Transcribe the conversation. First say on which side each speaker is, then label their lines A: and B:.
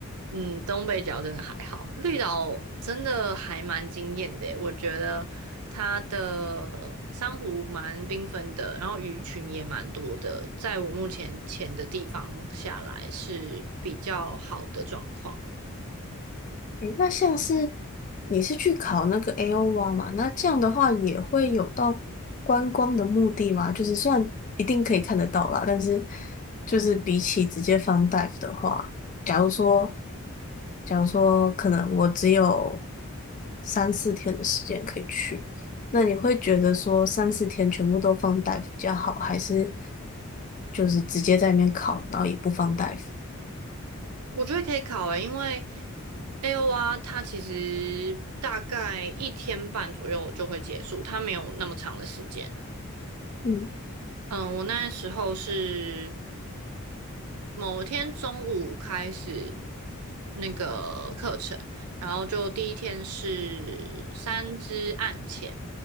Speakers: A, on the right; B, on the left.
A: 嗯，东北角真的还好，绿岛真的还蛮惊艳的耶我觉得它的珊瑚蛮缤纷的，然后鱼群也蛮多的，在我目前潜的地方下来是比较好的状况。
B: 诶，那像是你是去考那个 AOR 嘛？那这样的话也会有到观光的目的吗？就是虽然一定可以看得到啦，但是就是比起直接放 dive 的话，假如说，假如说可能我只有三四天的时间可以去，那你会觉得说三四天全部都放 dive 比较好，还是就是直接在里面考，然后也不放 dive？
A: 我觉得可以考诶，因为 AOR 它其实大概一天半左右就会结束，它没有那么长的时间。
B: 嗯，
A: 嗯，我那时候是某天中午开始那个课程，然后就第一天是三支暗潜，